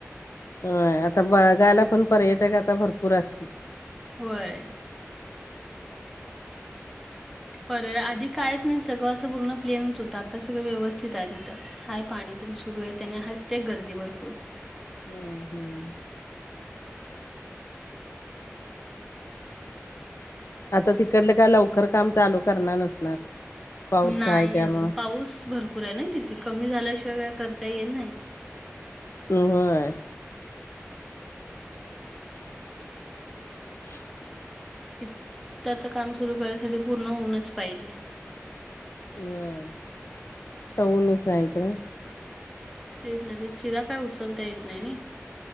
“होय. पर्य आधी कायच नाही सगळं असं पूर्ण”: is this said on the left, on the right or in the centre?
Centre